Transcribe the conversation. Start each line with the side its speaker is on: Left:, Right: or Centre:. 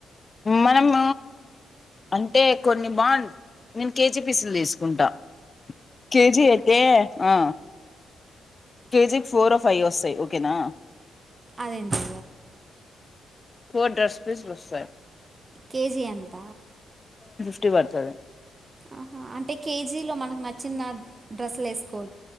Left: మనము అంటే కొన్ని బాగు నేను కేజీ పిస్లు తీసుకుంటా కేజీ అయితే ఆ కేజీకి ఫోరో ఫై వస్తాయి ఓకేనా
Right: అదేంటే
Left: ఫోర్ డ్రెస్ పిస్ లు వత్తాయి
Right: కేజీ ఎంత
Left: చుట్టి బడుతది
Right: ఆహా అంటే కేజీలో మనకు నచ్చిన డ్రెస్సులు వేసుకోవ